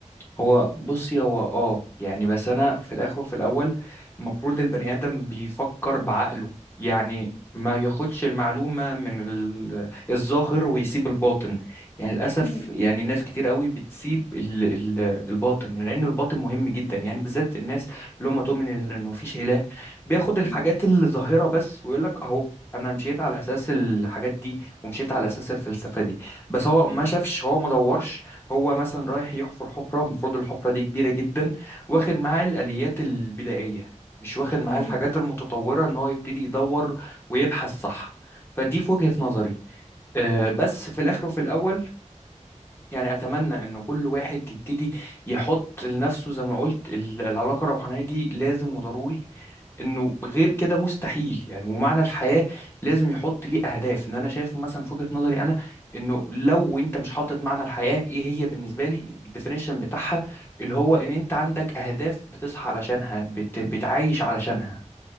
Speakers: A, on the left; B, on the left.
A: هو بصي هو اه يعني بس انا في الاخر وفي الاول المفروض البني ادم بيفكر بعقله يعني ما ياخدش المعلومه من ال- الظاهر ويسيب الباطن يعني للاسف
B: مم،
A: يعني ناس كتير قوي بتسيب ال- ال- الباطن لان الباطن مهم جدا يعني بالذات الناس اللي هم تؤمن ال- انه مفيش اله بياخد الحاجات
B: مم،
A: الظاهره بس ويقول لك اهو انا مشيت على اساس الحاجات دي ومشيت على اساس الفلسفه دي بس هو
B: مم،
A: ما شافش هو ما دورش هو مثلا رايح يحفر حفرة المفروض الحفرة دي كبيرة جدا واخد معاه الآليات البدائية مش واخد معاه
B: مم،
A: الحاجات المتطورة ان هو يبتدي يدور ويبحث صح فدي في وجهة نظري آه،
B: مم،
A: بس في الآخر وفي الأول يعني أتمنى إن كل واحد يبتدي يحط لنفسه زي ما قلت ال- العلاقة الروحانية دي لازم وضروري انه غير كده مستحيل يعني ومعنى الحياة لازم يحط ليه اهداف ان انا شايف مثلا في وجهة نظري انا انه لو انت مش حاطط معنى الحياة ايه هي بالنسبة لي الديفينيشن بتاعها اللي هو ان انت عندك اهداف بتصحى علشانها بت... بتعايش علشانها